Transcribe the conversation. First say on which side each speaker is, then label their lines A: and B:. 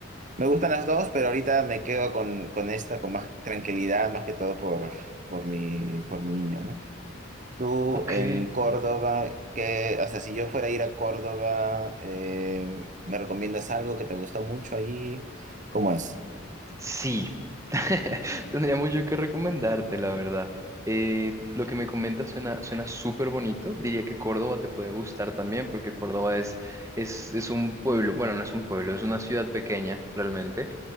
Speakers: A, on the right; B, on the right.
A: me gustan las dos, pero ahorita me quedo con, con esta con más tranquilidad, más que todo por, por mi, por mi niño, ¿no? Tú
B: Ok.
A: en Córdoba, que, o sea, si yo fuera a ir a Córdoba, eh, ¿me recomiendas algo que te gustó mucho ahí? ¿Cómo es?
B: Sí, <laughs> tendría mucho que recomendarte, la verdad. Eh, lo que me comentas suena, suena súper bonito. Diría que Córdoba te puede gustar también, porque Córdoba es, es, es un pueblo, bueno, no es un pueblo, es una ciudad pequeña realmente.